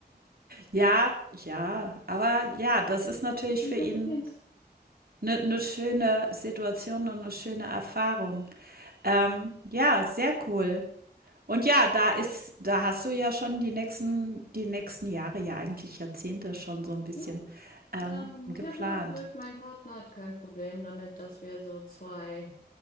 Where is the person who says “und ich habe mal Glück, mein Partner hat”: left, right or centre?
Left